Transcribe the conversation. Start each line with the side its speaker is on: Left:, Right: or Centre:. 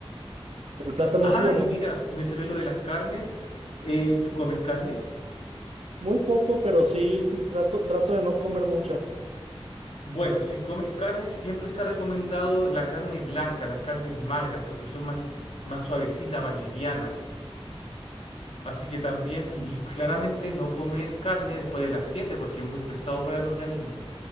Right: ¿El plátano
Left: Ah,
Right: sí o
Left: y
Right: no?
Left: mira, mencioné lo de las carnes. Eh, ¿tú comes carne?
Right: Muy poco, pero sí, sí, trato, trato de no comer mucha.
Left: Bueno, si comes carne, siempre se ha recomendado la carne blanca, las carnes magras, porque son más, más suavecitas, más livianas. Así que también, y, y claramente no comer carne después de las 7 porque es muy pesado para el organismo.